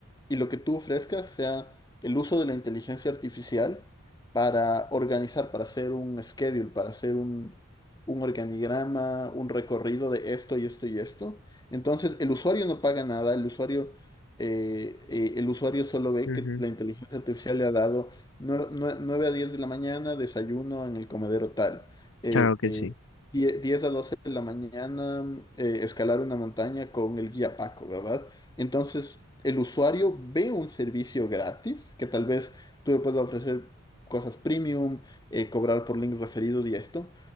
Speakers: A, on the left; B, on the left.
A: y lo que tú ofrezcas sea el uso de la inteligencia artificial para organizar, para hacer un schedule, para hacer un, un organigrama, un recorrido de esto y esto y esto. Entonces, el usuario no paga nada, el usuario, eh, eh, el usuario solo ve
B: Ujú,
A: que la inteligencia artificial le ha dado nue- nue- 9 a 10 de la mañana, desayuno en el comedero tal. Eh,
B: Claro que
A: eh,
B: sí.
A: die- 10 a 12 de la mañana, eh, escalar una montaña con el guía Paco, ¿verdad? Entonces, el usuario ve un servicio gratis, que tal vez tú le puedas ofrecer cosas premium, eh, cobrar por links referidos y esto,